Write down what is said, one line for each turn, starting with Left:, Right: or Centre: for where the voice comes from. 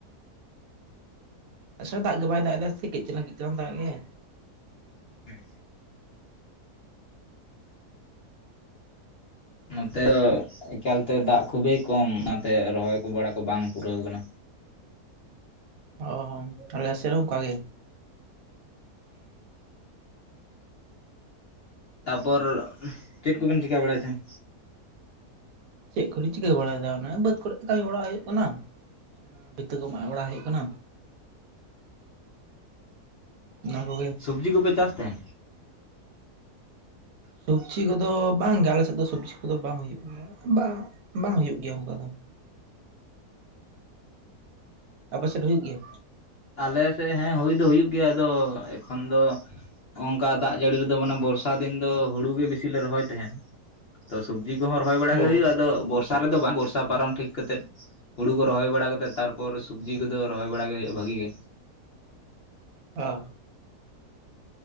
Right: ᱟᱥᱚ ᱫᱟᱜ ᱜᱮ ᱵᱟᱭ ᱫᱟᱜ ᱮᱫᱟ ᱥᱮ ᱠᱟᱹᱡ ᱪᱟᱞᱟᱝ ᱠᱟᱹᱡ ᱪᱟᱞᱟᱝ ᱫᱟᱜ ᱜᱮᱜᱟᱭ
Left: ᱦᱩᱸ ᱱᱚᱛᱮ ᱫᱚ ᱮᱠᱟᱞᱛᱮ ᱫᱟᱜ ᱠᱷᱩᱵᱮᱭ ᱠᱚᱢ ᱚᱱᱟᱛᱮ ᱨᱚᱦᱚᱭ ᱠᱚ ᱵᱟᱲᱟ ᱠᱚ ᱵᱟᱝ ᱯᱩᱨᱟᱹᱣ ᱠᱟᱱᱟ᱾
Right: ᱚ ᱟᱞᱮ ᱥᱮ ᱦᱚ ᱚᱝᱠᱟ ᱜᱮ
Left: ᱛᱟᱯᱚᱨ ᱪᱮᱫ ᱠᱚᱵᱤᱱ ᱪᱤᱠᱟᱹ ᱵᱟᱲᱟᱭ ᱛᱟᱦᱮᱸᱱ?
Right: ᱪᱮᱫ ᱠᱚᱞᱤᱧ ᱪᱤᱠᱟᱹ ᱵᱟᱲᱟᱭ ᱫᱟ ᱚᱱᱮ ᱵᱟᱹᱫᱽ ᱠᱚᱨᱮ ᱠᱟᱹᱢᱤ ᱵᱟᱲᱟ ᱦᱳᱭᱳᱜ ᱠᱟᱱᱟ᱾ ᱵᱤᱛᱟᱹ ᱠᱚ ᱢᱟᱜ ᱵᱟᱲᱟ ᱦᱩᱭᱩᱜ ᱠᱟᱱᱟ ᱚᱱᱟ ᱠᱚ ᱜᱮ
Left: ᱥᱩᱵᱡᱤ ᱠᱚ ᱯᱮ ᱪᱟᱥ ᱛᱟᱦᱮᱱ?
Right: ᱥᱚᱵᱡᱤ ᱠᱚ ᱫᱚ ᱵᱟᱝ ᱜᱮ ᱟᱞᱮ ᱥᱮᱫ ᱫᱚ ᱥᱚᱵᱡᱤ ᱠᱚ ᱫᱚ ᱵᱟᱝ ᱦᱩᱭᱩᱜ ᱜᱮᱭᱟ ᱵᱟᱝ ᱵᱟᱝ ᱦᱩᱭᱩᱜ ᱜᱮᱭᱟ ᱚᱱᱠᱟ ᱫᱚ᱾ ᱟᱯᱮ ᱥᱮᱫ ᱦᱩᱭᱩᱜ ᱜᱮᱭᱟ?
Left: ᱟᱞᱮ ᱥᱮᱫ ᱦᱮᱸ ᱦᱩᱭ ᱫᱚ ᱦᱩᱭᱩᱜ ᱜᱮᱭᱟ ᱟᱫᱚ ᱮᱠᱷᱚᱱ ᱫᱚ ᱦᱚᱜᱚᱝᱠᱟ ᱫᱟᱜ ᱡᱟᱹᱲᱤ ᱨᱮ ᱫᱚ ᱢᱟᱱᱮ ᱵᱚᱨᱥᱟ ᱫᱤᱱ ᱫᱚ ᱦᱩᱲᱩ ᱜᱮ ᱵᱤᱥᱤ ᱞᱮ ᱨᱚᱦᱚᱭ ᱛᱟᱦᱮᱱ ᱛᱚ ᱥᱚᱵᱡᱤ ᱚᱠᱦᱚ ᱨᱚᱦᱚᱭ ᱵᱟᱲᱟ
Right: ᱚ
Left: ᱜᱮ ᱦᱩᱭᱩᱜᱼᱟ ᱛᱚ ᱵᱚᱨᱥᱟ ᱨᱮ ᱵᱟᱝ ᱵᱚᱨᱥᱟ ᱯᱟᱨᱚᱢ ᱴᱷᱤᱠ ᱠᱟᱛᱮᱫ ᱦᱩᱲᱩ ᱠᱚ ᱨᱚᱦᱚᱭ ᱵᱟᱲᱟ ᱠᱟᱛᱮ ᱛᱟᱨᱯᱚᱨ ᱥᱚᱵᱡᱤ ᱠᱚ ᱫᱚ ᱨᱚᱦᱚᱭ ᱵᱟᱲᱟ ᱜᱮ ᱦᱳᱭᱳᱜᱼᱟ ᱵᱷᱤ ᱜᱮ
Right: ᱚ